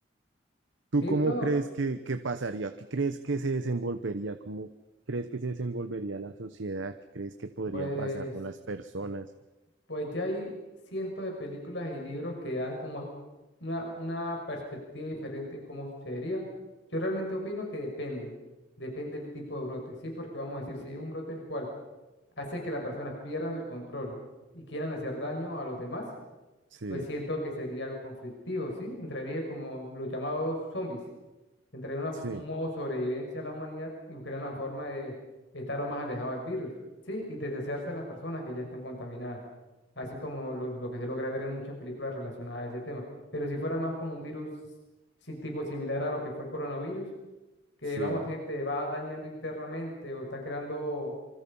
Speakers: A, on the right; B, on the left.
A: ¿Tú
B: Siento,
A: cómo crees que, que pasaría? ¿Qué crees que se desenvolvería? ¿Cómo crees que se desenvolvería la sociedad? ¿Qué crees que podría
B: pues,
A: pasar con las personas?
B: pues ya hay cientos de películas y libros que dan como una, una perspectiva diferente de cómo sucedería. Yo realmente opino que depende, depende del tipo de brote, ¿sí? Porque vamos a decir, si es un brote el cual hace que las personas pierdan el control y quieran hacer daño a los demás,
A: Sí,
B: pues siento que sería algo conflictivo, ¿sí? Entraría como los llamados zombies, entraría una-
A: sí,
B: un modo sobrevivencia a la humanidad y buscarían la forma de estar lo más alejado del virus, ¿sí? Y deshacerse de las personas que ya están contaminadas, así como lo, lo que se logra ver en muchas películas relacionadas a ese tema. Pero si fuera más como un virus, sí, tipo similar a lo que fue el coronavirus, que
A: sí,
B: vamos a decir, te va dañando internamente o está creando